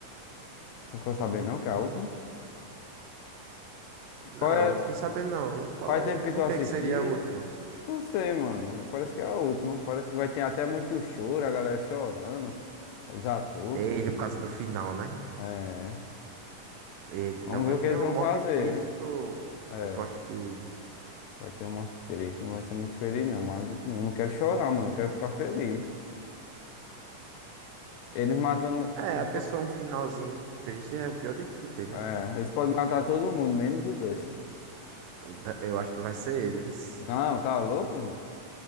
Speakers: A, on the left; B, on the right.
A: Não quero saber não que
B: Ô,
A: é a última.
B: Não,
A: Qual é?
B: não fiquei sabendo não. Qual...
A: Faz tempo que tu
B: Por
A: assistiu?
B: que que seria a última?
A: Não sei, mano. Parece que é a última. Parece que vai ter até muito choro, a galera chorando. Os atores.
B: Eita, por causa do final, né?
A: É.
B: Eita,
A: Vamos
B: então vai
A: ver o
B: ter
A: que eles
B: uma
A: vão
B: morte
A: fazer.
B: triste ou,
A: É.
B: ou tu acha que.
A: Vai ter um mostra triste. Não vai ser muito feliz, não. Mas eu não quero chorar, mano. Eu quero ficar feliz. Eles matando.
B: É,
A: Eles,
B: a pessoa
A: po-
B: um finalzinho triste é o pior dito que tem, né?
A: é, eles podem matar todo mundo, menos o Dust.
B: Eu, da- eu acho que vai ser ele, vice.
A: Não, tá louco, mano?